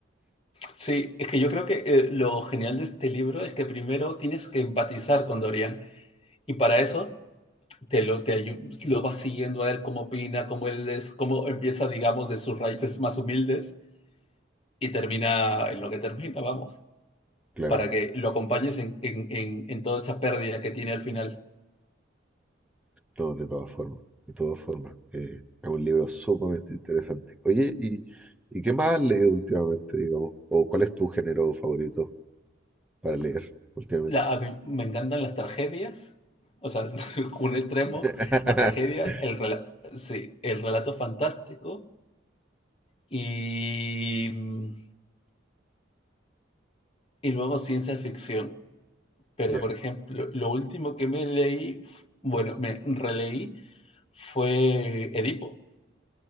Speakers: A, on the left; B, in the centre.
A: Sí, es que yo creo que eh, lo genial de este libro es que primero tienes que empatizar con Dorian y para eso te lo, te ayu- lo vas siguiendo a él cómo opina, cómo él es, cómo empieza, digamos, de sus raíces más humildes y termina en lo que termina, vamos,
B: Claro.
A: para que lo acompañes en, en- en- en toda esa pérdida que tiene al final.
B: No, de todas formas, de todas formas. eh, es un libro sumamente interesante. Oye, ¿y, y qué más has leído últimamente, digamos? ¿O cuál es tu género favorito para leer últimamente?
A: La- a mí me encantan las tragedias, o sea, <laughs> un extremo
B: <laughs>
A: a tragedias, el, rela- sí, el relato fantástico y... mm, Y luego ciencia ficción. Pero,
B: Ya,
A: por ejemplo, lo último que me leí, f- bueno, me releí fue Edipo.